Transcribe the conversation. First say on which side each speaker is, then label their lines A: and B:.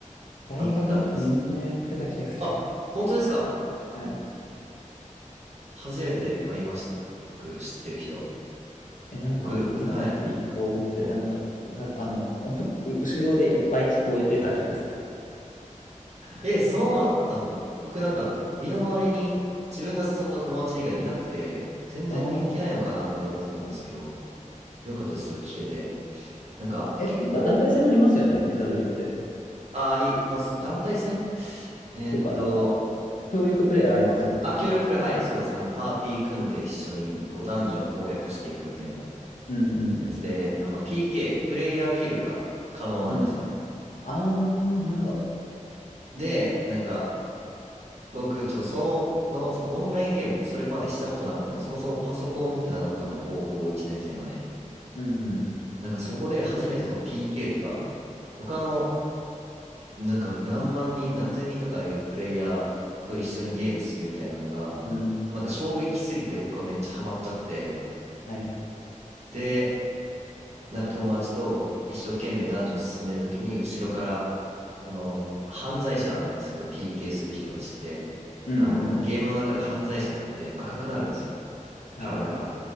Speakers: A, on the left; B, on the right.
A: 大学の時みんなやってた気がする。
B: あったんですよ。あ、本当ですか
A: はい。
B: 初めて会いました。僕、知ってる人。
A: え、なんか、
B: 僕、
A: ウィザードリーやろうって、
B: はい。
A: なんか、た、あの、<laughs> う後ろでいっぱい聞こえてた気がする。
B: え、そうだったんだ。僕なんか、身の回りに自分が誘った友達以外いなくて、全然人気ないのかなって思ってたんですけど、
A: ああ。
B: よかったです、それ聞けて。なんか、
A: え、
B: 結構、
A: なんか団体戦ありますよね、ウィザードリーって。
B: あ、あります。団体戦えーっと、
A: ていうか、なんか、協力プレイありますよね、
B: あ、
A: 多分。
B: 協力プレイ、はい、そうです。あの、パーティー組んで一緒に、
A: うん
B: こう、ダンジョン攻略していくみたいな
A: うん
B: やつで、あの、PK、プレイヤーキルが可能なんですよね。
A: うん。うん。あー、なるほど。
B: で、なんか、僕、ちょっとその、そのオンラインゲーム、それまでしたことなかったんで、そもそもパソコンを持ってなかったので、高校1年生まで。
A: うんう
B: なんかそこで初めてその PK とか、他の、なんか何万人、何千人とかいうプレイヤーと一緒にゲームするみたいなのが、
A: ん。うん。
B: なんか衝撃すぎて僕はめっちゃハマっちゃって、
A: はい。
B: で、なんか友達と一生懸命男女進んでる時に、後ろから、その、犯罪者なんですけど、PK する人たちって、
A: うんうんうん。
B: あの、ゲームの中で犯罪者になって赤くなるんですよ。
A: はい。
B: 体が。